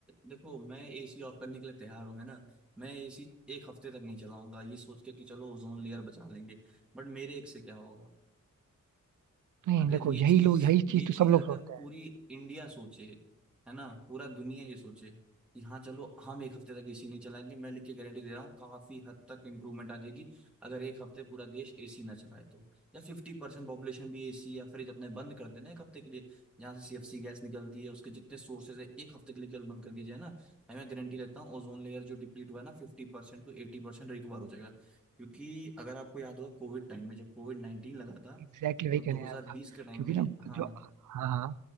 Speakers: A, in the centre; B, on the right.
A: देखो मैं एसी ऑफ करने के लिए तैयार हूँ है ना मैं एसी एक हफ्ते तक नहीं चलाऊंगा ये सोच के कि चलो ओजोन लेयर बचा लेंगे बट मेरे एक से क्या होगा
B: नहीं
A: अगर
B: देखो
A: ये
B: यही
A: चीज
B: लोग यही
A: ये
B: चीज तो
A: चीज
B: सब लोग
A: अगर
B: सोचते हैं
A: पूरी इंडिया सोचे है ना पूरा दुनिया ये सोचे कि हाँ चलो हम एक हफ्ते तक एसी नहीं चलाएंगे मैं लिख के गारंटी दे रहा हूँ काफी हद तक इंप्रूवमेंट आ जाएगी अगर एक हफ्ते पूरा देश एसी ना चलाए तो या फिफ्टी परसेंट पॉपुलेशन भी एसी या फ्रिज अपने बंद कर देना एक हफ्ते के लिए जहाँ से सीएफसी गैस निकलती है उसके जितने सोर्सेज है एक हफ्ते के लिए केवल बंद कर दीजिए ना भाई मैं गारंटी लेता हूँ ओजोन लेयर जो डिप्लीट हुआ है ना फिफ्टी परसेंट टू एटी परसेंट रिकवर हो जाएगा क्योंकि अगर आपको याद होगा कोविड टाइम में जब कोविड नाइन्टीन लगा था
B: एग्जैक्टली वही
A: तो 2020
B: कहने आया था
A: के टाइम
B: क्योंकि
A: में
B: ना
A: हाँ
B: जो हाँ